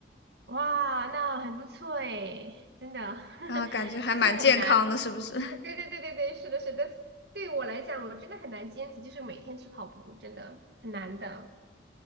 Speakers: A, on the right; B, on the left.
A: 哇，那很不错诶，真的，<laughs>
B: 啊，感觉还蛮健康的，
A: 就是很难。
B: 是不是？<laughs>
A: 对对对对对，是的，是的。对于我来讲，我真的很难坚持，就是每天去跑步，真的很难的。